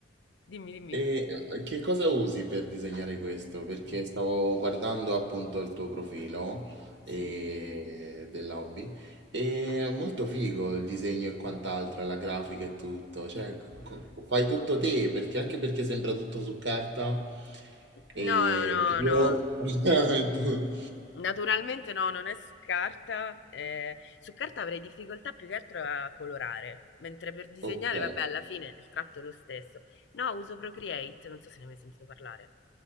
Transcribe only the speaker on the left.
Dimmi, dimmi.
Sì.
No, no,
no.
Naturalmente no, non è su carta. eh, su carta avrei difficoltà più che altro a colorare, mentre per disegnare,
vabbè, alla fine il tratto è lo stesso. No, uso Procreate, non so se ne hai mai sentito parlare.